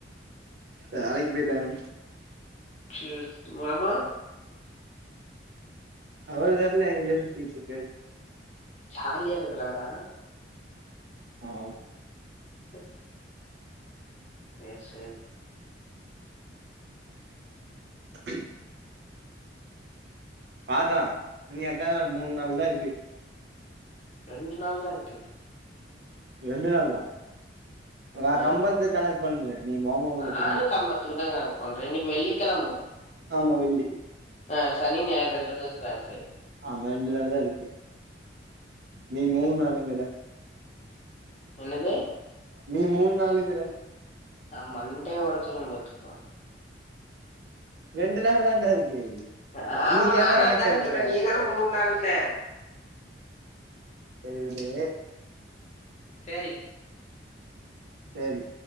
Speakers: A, on the right; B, on the left.
A: வேலைக் போய்ட்டாங்க
B: சேர் உங்கம்மா
A: அவ இங்கிட் தா எங்கியா சுத்திட்டுருக்கு
B: ஜாலியா இருக்குறாரா
A: ஆம்
B: பஸ் சேர் சேரி
A: <inaudible> பாத்தா இன்னு எத்தன் நாள் இர்க் மூண் நாள் தா இருக்கு
B: ரெண்டு நாள் தா இருக்குது
A: ரெண்டு நாள் தா அ
B: ஆ
A: சம்பள்த்து கணக் பண்ற நீ வாங்காம விட்ட
B: நானும்
A: கணக் பண்ணு
B: கம்பத்துக்கு தான் கணக்கு பண்றேன் இன்னைக்கு வெள்ளிக்கிழமை
A: ஆமா வெள்ளி
B: ஆ சனி ஞாயர் ரெண்டு நாள் தா இருக்கு
A: ஆமா ரெண்டு நாள் தா இருக்கு நீ மூண் நாளுங்கிற
B: என்னது
A: நீ மூண் நாளுங்கிற
B: ந மண்டைய ஒடச்சிடுவ பாத்துக்கோ
A: ரெண்டு நாள் தான்டா இருக்கு
B: அ
A: இன்னைக்கு
B: ஆமா நானு
A: ஏன்டா கணக்கு
B: அதான
A: சேத்துற
B: சொன்னே நீதான மூண் நாளுன்ன
A: செரி விடு
B: சேரி
A: சேரி